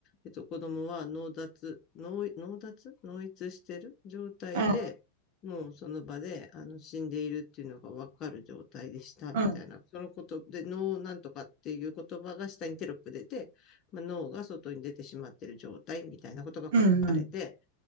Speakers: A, on the left; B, on the right.
A: えっと、子供は脳脱、脳、脳脱脳逸してる状態で、
B: うん、
A: もうその場で、あの、死んでいるっていうのがわかる状態でした、
B: うん、
A: みたいな。そのことで、脳なんとかっていう言葉が下にテロップ出て、まあ、脳が外に出てしまっている状態みたいなことが書かれて、
B: うん、うん、